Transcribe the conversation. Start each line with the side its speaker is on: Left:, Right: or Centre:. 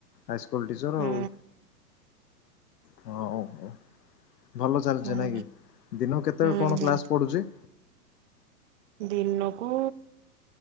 Left: ହାଇସ୍କୁଲ ଟିଚର
Right: ହୁଁ
Left: ଆଉ ହଁ ହ ହଉ ଭଲ ଚାଲିଛି
Right: ହୁଁ
Left: ନାଇଁ କି ଦିନ କେତେବେଳେ
Right: ହୁଁ
Left: କଣ କ୍ଲାସ ପଢୁଛି?
Right: ଦିନକୁ